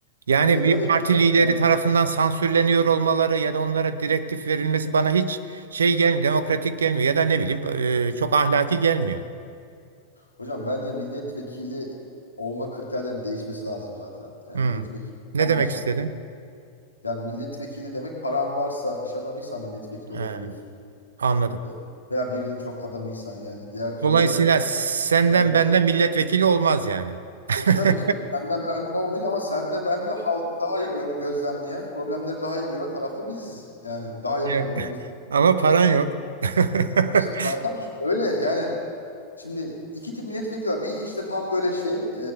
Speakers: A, on the right; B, on the left.
A: Yani
B: <laughs> E, tabii
A: bir
B: ki
A: parti
B: canım.
A: lideri
B: Yani,
A: tarafından sansürleniyor olmaları ya da onlara direktif verilmesi bana hiç şey gelmiyor, demokratik gelmiyor ya da ne bileyim e, çok ahlaki gelmiyor.
B: hocam bence milletvekili olma kriterlerinin değişmesi lazım zaten. Yani
A: Hmm.
B: milletvekili
A: Ne
B: bambaşka
A: demek istedin?
B: Yani milletvekili demek paran varsa, iş adamıysan milletvekili olabiliyorsun.
A: Ee, anladım.
B: E, veya birinin çok adamıysan yani. Diğer türlü
A: Dolayısıyla senden
B: ben olamam.
A: benden milletvekili olmaz yani. <laughs>
B: E tabii şimdi senden bende olmayacak ama senle ben de halkı daha iyi gören, gözlemleyen, problemleri daha iyi gören tarafta biziz. Yani daha yakın
A: Ya,
B: olduğumuz.
A: Ama paran yok. <laughs>
B: Ama işte zaten şu- öyle yani Şimdi iki tip milletvekili var. Bir işte tam böyle şey,